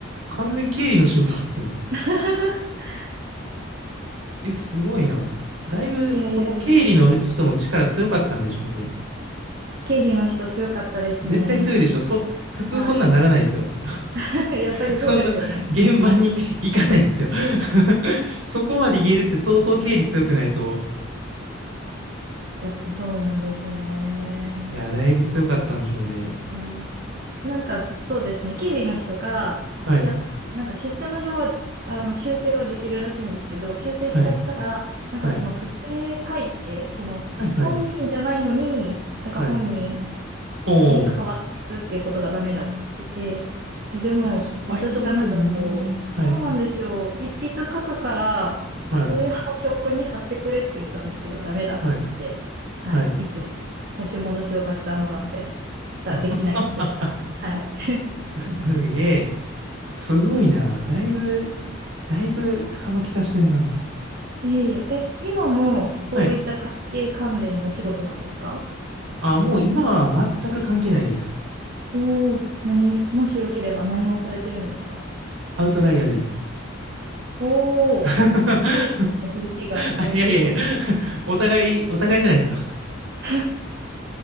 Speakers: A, on the right; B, on the right.
A: 完全経理の仕事ですね。
B: <laughs>
A: え、すごいな。だいぶ、
B: いやいやいや。
A: そこ経理の人の力強かったんでしょうね。
B: 経理の人強かったですね。
A: 絶対強いでしょ。
B: なんか、
A: そ、普通そんなんならないですよ。
B: はい。<laughs> やっぱりそうですよね。
A: <laughs> そんな現場に
B: おかしいですよね。
A: <laughs> 行かないですよ
B: <laughs>
A: <laughs> そこまで言えるって相当経理強くないと。
B: やっぱそうなんですね。
A: いや、だいぶ強かったんでしょうね。
B: はい。なんかそ、そうですね。経理の人が、
A: はい、
B: や、なんかシステム上は、あの、修正はできるらしいんですけど、修正しちゃったら、
A: はい、
B: なんかその不正会計、
A: はい、
B: その、
A: はい、はい、
B: 本人じゃないのに、なんか本人
A: はい。おー。
B: に変わってやるっていうことがダメだって言ってて、
A: い
B: え、でも私がなんかこう、
A: や、そこはいいと思うけどなー。
B: そうなんですよ、
A: はい、
B: 一筆書くから、
A: はい、
B: それを <laughs> 証拠に貼ってくれって言ったんですけど、ダメだって言って、
A: はい、
B: はい、
A: はい。
B: いつも差し戻しをたくさんもらってた、できない子でした。
A: あ、
B: はい。<laughs>
A: すげえ。すごいな。だいぶ、だいぶ幅利かしてんな。
B: いえいえ、え、今もそういった会計関連のお仕事なんですか
A: はい。あ、もう今は全く関係ないです。
B: おおー、何、もしよければ何をされてるんですか
A: アウトライヤーです。
B: おおー、
A: <laughs>
B: なんかかっこいいですね、響きがアウトライン。
A: あ、いやいやいや、<laughs> お互い、お互いじゃないですか。<laughs>
B: <laughs>